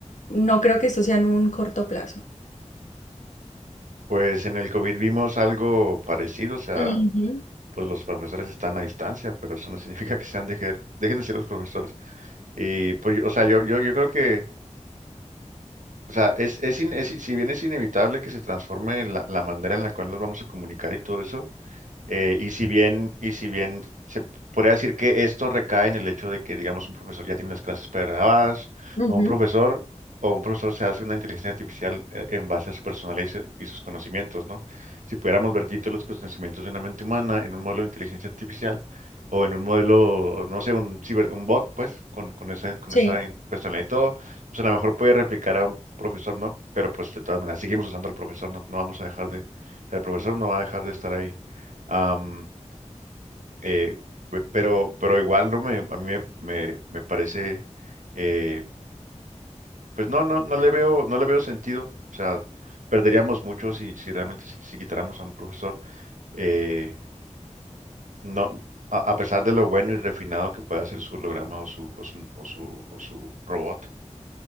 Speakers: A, on the left; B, on the right.
A: No creo que esto sea en un corto plazo.
B: Pues en el COVID vimos algo parecido, o sea,
A: Ujú,
B: pues los profesores están a distancia, pero eso no significa que sean dejer- dejen de ser los profesores. Y pues, yo- o sea, yo, yo, yo creo que, o sea, es, es, in- es- si bien es inevitable que se transforme la, la manera en la cual nos vamos a comunicar y todo eso, eh, y si bien, y si bien se podría decir que esto recae en el hecho de que, digamos, un profesor ya tiene las clases pregrabadas,
A: ujú,
B: o un profesor, o un profesor se hace una inteligencia artificial eh, en base a su personalidad y, su- y sus conocimientos, ¿no? Si pudiéramos vertir todos los conocimientos de una mente humana en un modelo de inteligencia artificial, o en un modelo, no sé, un ciber, un bot, pues, con, con esa, con
A: Sí.
B: esa in- personalidad y todo, pues a lo mejor puede replicar a un profesor, ¿no? Pero pues de todas maneras, seguimos usando al profesor, no, no vamos a dejar de, o sea, el profesor no va a dejar de estar ahí Am, eh, pe- pero, pero igual no me, a mí me, me, me parece, eh, pues no, no, no le veo, no le veo sentido. O sea, perderíamos mucho si, si realmente si, si quitáramos a un profesor. eh, no, a, a pesar de lo bueno y refinado que pueda ser su holograma o su, o su, o su, o su robot.